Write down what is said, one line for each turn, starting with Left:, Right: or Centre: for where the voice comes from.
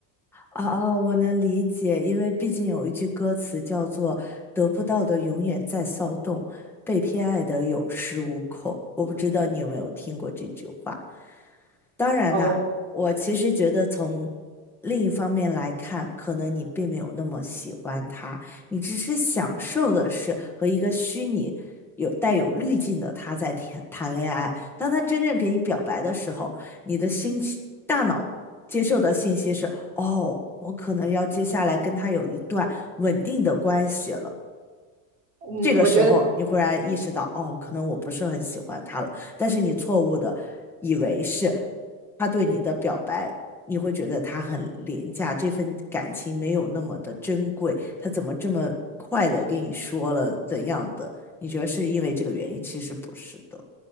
Centre: 啊啊，我能理解，因为毕竟有一句歌词叫做“得不到的永远在骚动，被偏爱的有恃无恐”。我不知道你有没有听过这句话。当然呢，
Right: 哦，
Centre: 我其实觉得从另一方面来看，可能你并没有那么喜欢他，你只是享受的是和一个虚拟有带有滤镜的他在谈谈恋爱。当他真正给你表白的时候，你的心情大脑接受的信息是：哦，我可能要接下来跟他有一段稳定的关系了。
Right: 嗯，
Centre: 这个时候你忽然意识到，
Right: 我觉得
Centre: 哦，可能我不是很喜欢他了，但是你错误的以为是他对你的表白，你会觉得他很廉价，这份感情没有那么的珍贵，他怎么这么快的跟你说了怎样的？你觉得是因为这个原因？其实不是的，